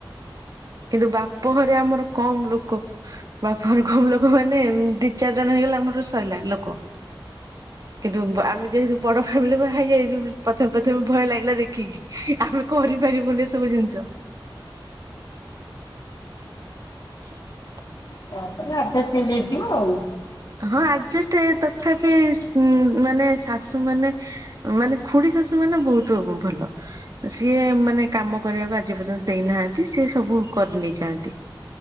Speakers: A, on the right (about 45°); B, on the left (about 55°).
A: କିନ୍ତୁ ବାପ ଘରେ ଆମର କମ୍ ଲୋକ ବାପ ଘରେ କମ୍ ଲୋକ ମାନେ ଦି ଚାରି ଜଣ ହେଇଗଲେ ଆମର ସଇଲା ଲୋକ। କିନ୍ତୁ ବ ଆମେ ଯେହେତୁ ବଡ ଫ୍ୟାମିଲି ବାହା ହେଇଯାଇଚୁ ବି ପ୍ରଥମେ ପ୍ରଥମେ ଭୟ ଲାଗିଲା ଦେଖିକି। ଆମେ କରିପାରିବୁନି ଏସବୁ ଜିନଷ। <unintelligible>
B: ତାପରେ ଆଡଜଷ୍ଟ ହୋଇଯାଇଥିବ ଆଉ।
A: ହଁ ଆଡଜଷ୍ଟେ ତଥାପି ସ ମାନେ ଶାଶୁ ମାନେ ମାନେ ଖୁଡି ଶାଶୁ ମାନେ ବୋହୁତୁ ଉ ଭଲ ସିଏ ମାନେ କାମ କରିବାକୁ ଆଜି ପର୍ଯ୍ୟନ୍ତ ଦେଇନାହାନ୍ତି ସିଏ ସବୁ କରି ନେଇଯାଆନ୍ତି